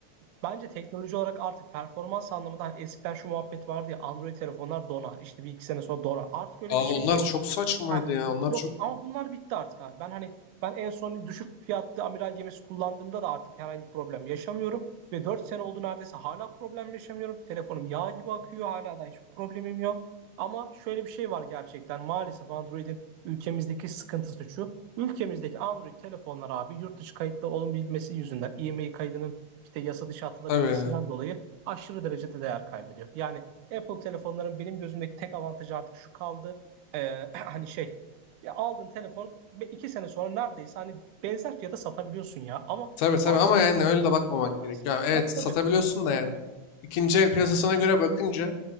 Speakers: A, on the right; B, on the left.
A: bence teknoloji olarak artık performans anlamında hani eskiden şu muhabbet vardı ya Android telefonlar donar. işte bir iki sene sonra donar. Artık öyle
B: Aa
A: bir şey
B: onlar
A: yok.
B: çok saçmaydı
A: Ha,
B: ya.
A: bu-
B: Onlar
A: yok
B: çok
A: ama bunlar bitti artık abi. Ben hani ben en son düşük fiyatlı amiral gemisi kullandığımda da artık herhangi problem yaşamıyorum. Ve 4 sene oldu neredeyse hala problem yaşamıyorum. Telefonum yağ gibi akıyor hala da hiç problemim yok. Ama şöyle bir şey var gerçekten maalesef Android'in ülkemizdeki sıkıntısı şu. Ülkemizdeki Android telefonlar abi yurt dışı kayıtlı olabilmesi yüzünden IMEI kaydının işte yasa dışı atılabilmesinden
B: tabii.
A: dolayı aşırı derecede değer kaybediyor. Yani Apple telefonların benim gözümdeki tek avantajı artık şu kaldı. Ee, <clears throat> hani şey ya aldın telefon ve iki sene sonra neredeyse hani benzer fiyata satabiliyorsun ya ama
B: Tabii tabii
A: almıyorsun
B: ama yani öyle de bakmamak
A: maalesef.
B: gerekiyor. Yani evet
A: Tabii
B: satabiliyorsun
A: tabii
B: da yani. İkinci el piyasasına göre bakınca